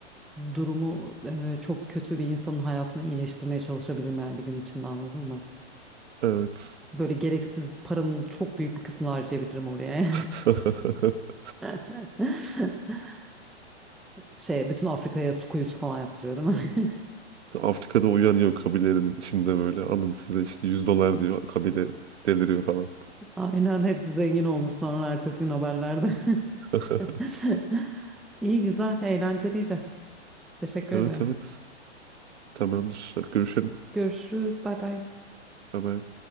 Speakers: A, in the centre; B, on the right.
A: e, durumu e, çok kötü bir insanın hayatını iyileştirmeye çalışabilirim yani bir gün içinde anladın mı?
B: Evet.
A: Böyle gereksiz paranın çok büyük bir kısmını harcayabilirim oraya.
B: <laughs>
A: <laughs> Şey bütün Afrika'ya su kuyusu falan yaptırıyor değil mi? <laughs>
B: Afrika'da uyanıyor kabilerin içinde böyle. Alın size işte 100 dolar diyor. Kabile deliriyor falan.
A: Aynen hepsi zengin olmuş sonra ertesi gün haberlerde.
B: <laughs>
A: <laughs> İyi güzel eğlenceliydi. Teşekkür
B: Evet
A: ederim.
B: evet. Tamamdır. Hadi görüşelim.
A: Görüşürüz. Bay bay.
B: Bye bye.